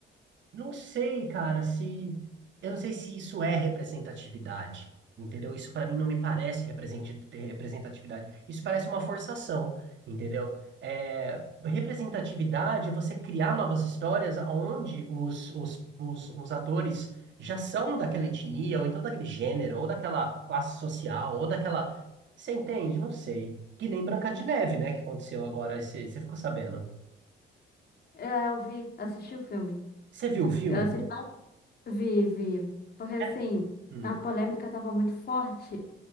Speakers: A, on the right (about 65°); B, on the left (about 55°).
A: Não sei, cara, se. Eu não sei se isso é representatividade, entendeu? Isso pra mim não me parece representi- ter representatividade. Isso parece uma forçação, entendeu? É, representatividade é você criar novas histórias onde os, os, os, os atores já são daquela etnia, ou então daquele gênero, ou daquela classe social, ou daquela. Você entende? Não sei. Que nem Branca de Neve, né? Que aconteceu agora. Você você ficou sabendo?
B: É, eu vi, assisti o filme.
A: Você viu o filme?
B: Eu assisti, vi, vi. Porque assim,
A: É. Hum,
B: a polêmica tava muito forte